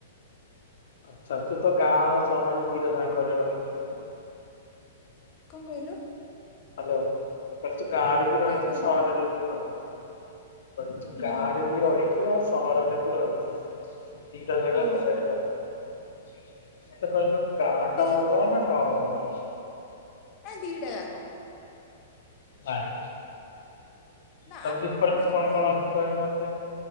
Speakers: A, on the left; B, on the left.
A: ଆଛା ତୁ ତ ଗାଁ ଆଉ ସହର ଦିଇଟା ଯାକରେ ରହିଛୁ ଆ
B: କଣ କହିଲ?
A: ହାଲୋ କହିଲେ ତୁ ଗାଁରେ ବି ରହିଛୁ
B: କଣ କହିଲୁ
A: ସହରରେ ବି ରହିଛୁ। ମୁଁ କହିଲି ତୁ
B: ହୁଁ
A: ଗାଁ ରେ ବି ରହିଚୁ ଆଉ ସହରରେ ବି ରହିଚୁ। ଦିଇଟା ଯାଙ୍କ
B: ହଁ
A: ଜାଗାରେ ରହିଚୁ। ମତେ କହିଲୁ ଗାଁ
B: ଦି
A: ଟା ଭଲ ନା ସହର ଟା ଭଲ?
B: ନା ଦିଟା ଯାକ
A: ନାଇଁ।
B: ନା
A: ତାହଲେ ଡିଫରେନ୍ସ
B: ମାନେ
A: କଣ
B: କହିବୁ
A: କଣ ଅଛି। କହିଲୁ ମତେ?